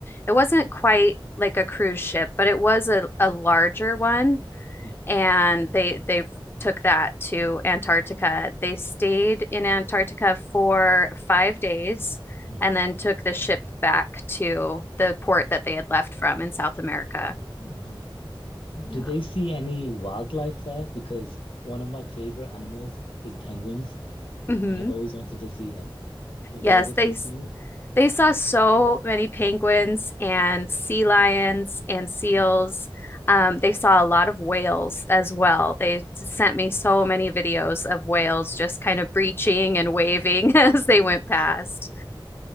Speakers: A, on the left; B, on the left.
A: It wasn't
B: mm,
A: quite like a cruise ship, but it was a, a larger one
B: yeah.
A: and they they took that to Antarctica.
B: Mm,
A: They stayed in Antarctica for five days
B: mm.
A: and then took the ship back to the port that they had left from in South America.
B: Uh,
A: Yeah.
B: did they see any wildlife there? Because one of my favorite animals is penguins,
A: hmm
B: and I've always wanted to see them. Were they
A: Yes,
B: able
A: they
B: to see any?
A: they saw so many penguins and
B: Oh my God.
A: sea lions and seals.
B: hmm
A: Um, they saw a lot of whales as well. They sent
B: Wow.
A: me so many videos of whales just kind of breaching
B: Mm,
A: and waving <laughs> as they
B: yeah.
A: went past.